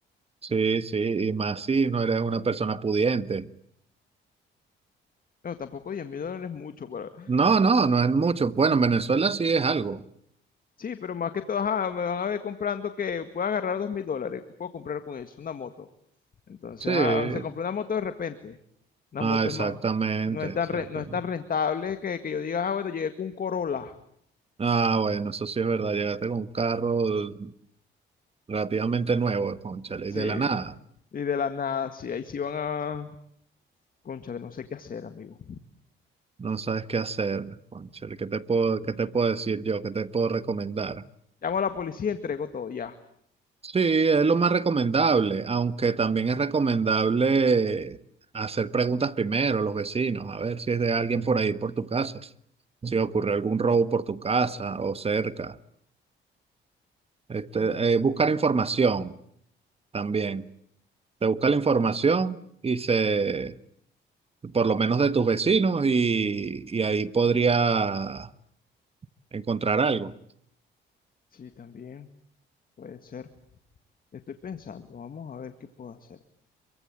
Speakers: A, on the right; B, on the left.
A: Sí, sí, y más si no eres una persona pudiente.
B: No, tampoco diez mil dólares es mucho, pero...
A: No, no,
B: eh,
A: no es mucho. Bueno, en Venezuela sí es algo.
B: sí, pero más que todo, ajá, me van a ver comprando que puedo agarrar dos mil dólares, puedo comprar con eso, una moto. Entonces,
A: Sí.
B: ah, se compró una moto de repente. Una
A: Ah,
B: moto
A: exactamente,
B: es más, no es tan,
A: exactamente.
B: re- no es tan rentable que, que yo diga, ah, bueno, llegué con un Corolla.
A: Ah, bueno, eso sí es verdad. Llegaste con un carro relativamente nuevo, cónchale,
B: Sí.
A: y de la nada.
B: Y de la nada, sí, ahí sí van a... Cónchale, no sé qué hacer, amigo.
A: No sabes qué hacer, cónchale, ¿qué te puedo, qué te puedo decir yo? ¿Qué te puedo recomendar?
B: Llamo a la policía, entrego todo, ya.
A: Sí, es lo más recomendable, aunque también es recomendable hacer preguntas primero a los vecinos, a ver si es de alguien por ahí, por tu casa, si ocurrió algún robo por tu casa o cerca. Este,
B: Ve-
A: eh, buscar información también. Te busca la información y se, por lo menos de tus vecinos, y, y ahí podría encontrar algo.
B: Sí, también. Puede ser. Estoy pensando, vamos a ver qué puedo hacer.